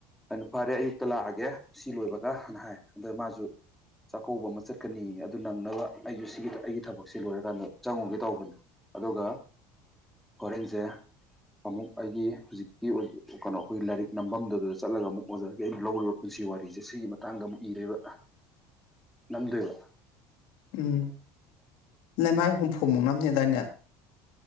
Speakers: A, in the centre; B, on the left.
A: ꯑꯩꯅ ꯐꯔꯦ ꯑꯌꯨꯛꯇ ꯂꯥꯛꯑꯒꯦ ꯁꯤ ꯂꯣꯏꯕꯒ ꯍꯥꯟꯅ ꯍꯥꯏ ꯑꯗ ꯃꯥꯁꯨ ꯆꯥꯛꯀꯧꯕ ꯑꯃ ꯆꯠ ꯀꯅꯤ ꯑꯗꯨ ꯅꯪꯅꯕ ꯑꯩꯁꯨ ꯁꯤꯒꯤ ꯑꯩ ꯊꯕꯛꯁꯦ ꯂꯣꯏꯔꯀꯥꯟꯗ ꯆꯪꯉꯨꯒꯦ ꯇꯧꯕꯅꯦ ꯑꯗꯨꯒ ꯍꯣꯔꯦꯟꯁꯦ ꯑꯃꯨꯛ ꯑꯩꯒꯤ ꯍꯧꯖꯤꯛꯀꯤ ꯀꯩꯅꯣ ꯑꯩꯈꯣꯏ ꯂꯥꯏꯔꯤꯛ ꯅꯝꯐꯝꯗꯨꯗꯨꯗ ꯆꯠꯂꯒ ꯑꯃꯨꯛ ꯑꯣꯖꯥꯒꯤ ꯑꯩꯅ ꯂꯧꯔꯤꯕ ꯄꯨꯟꯁꯤ ꯋꯥꯔꯤꯠ ꯁꯦ ꯁꯤꯒꯤ ꯃꯇꯥꯡꯗ ꯑꯃꯨꯛ ꯏꯔꯣꯏꯕ ꯅꯝꯗꯣꯏꯕ
B: ꯎꯝ ꯂꯩꯃꯥꯏ ꯍꯨꯝꯐꯨ ꯃꯨꯛꯅꯅꯦꯗꯥꯏꯅꯦ